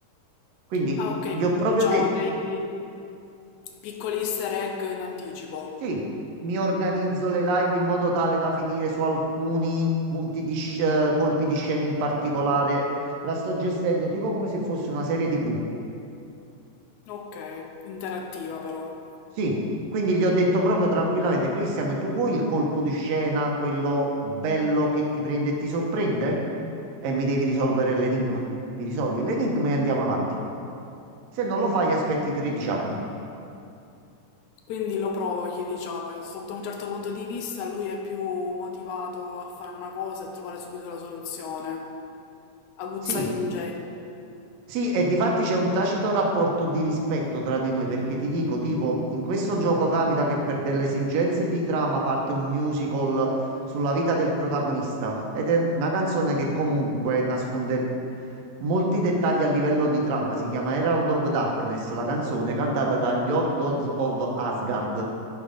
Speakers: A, on the right (about 65°); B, on the left (about 75°).
A: Quindi
B: Ah, ok,
A: gli
B: quindi
A: ho proprio
B: diciamo
A: detto,
B: dei piccoli easter egg in anticipo.
A: sì, mi organizzo le live in modo tale da finire su alcuni punti di sc- eh, colpi di scena in particolare. La sto gestendo tipo come se fosse una serie TV.
B: Ok, interattiva però.
A: Sì, quindi gli ho detto proprio tranquillamente, Cristian, tu vuoi il colpo di scena, quello bello che ti prende e ti sorprende? E mi devi risolvere l'enigma. Mi risolvi l'enigma e andiamo avanti. Se non lo fai, aspetti 13 anni.
B: Quindi lo provochi, diciamo, sotto un certo punto di vista lui è più motivato a fare una cosa e trovare subito la soluzione. Aguzza
A: Sì,
B: l'ingegno.
A: Sì, e difatti c'è un tacito rapporto di rispetto tra di noi, perché ti dico, tipo, in questo gioco capita che per delle esigenze di trama parte un musical sulla vita del protagonista ed è una canzone che comunque nasconde molti dettagli a livello di trama. Si chiama Herald of Darkness, la canzone cantata dagli Old Gods of Asgard.